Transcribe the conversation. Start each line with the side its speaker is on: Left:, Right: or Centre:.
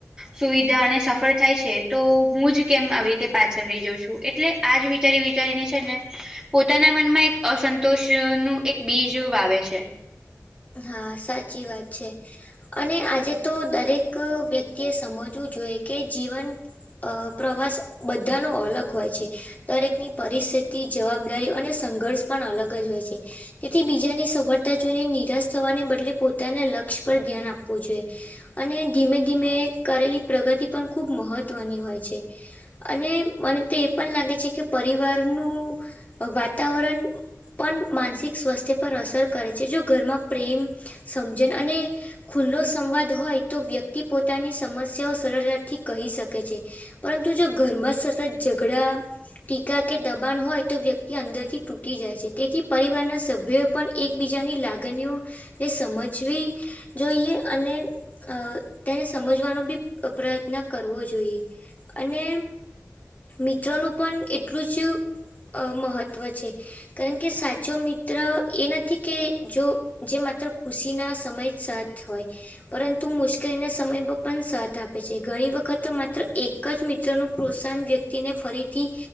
Right: સુવિધા અને સફળ થાય છે. તો જ કેમ આવી રીતે પાછળ રહી જાઉં છું. એટલે આજ વિચારી, વિચારીને છેને પોતાના મનમાં એક અસંતોષનું એક બીજ વાવે છે
Left: હા, સાચી વાત છે. અને આજે તો દરેક વ્યક્તિએ સમજવું જોઈએ, કે જીવન અ પ્રવાસ બધાનો અલગ હોય છે. દરેકની પરિસ્થિતિ જવાબદારી અને સંઘર્ષ પણ અલગ જ હશે તેથી બીજાની સફળતા જોઈને નિરાશ થવાને બદલે, પોતાના લક્ષ્ય પર ધ્યાન આપવું જોઈએ. અને ધીમે ધીમે કરેલી પ્રગતિ પણ ખુબ મહત્વની હોય છે. અને મને તો એ પણ લાગે છે કે પરિવાર, નુ વાતાવરણ પણ માનસિક સ્વાસ્થ્ય પર અસર કરે છે. જો ઘરમાં પ્રેમ, સમજણ અને ખુલ્લો સંવાદ હોય તો વ્યક્તિ પોતાની સમસ્યાઓ સરળતાથી કહી શકે છે. પરંતુ જો ઘરમાં સતત ઝગડા ટીકા કે દબાણ હોય તો વ્યક્તિ અંદરથી તૂટી જાય છે તેથી પરિવારના સભ્યો એ પણ એકબીજાની લાગણીઓ ને સમજવી જોઈએ અને અ તેને સમજવાનો બી પ્રયત્ન કરવો જોઈએ. અને મિત્રોનું પણ એટલું જ અ મહત્ત્વ છે કારણ સાચો મિત્ર એ નથી કે જો જે માત્ર ખુશીના સમય સાથ હોય. પરંતુ મુશ્કેલીને સમય પ પણ સાથ આપે છે ઘણી વખત માત્ર એક એક જ મિત્રોનું પ્રોત્સાહન વ્યક્તિને ફરીથી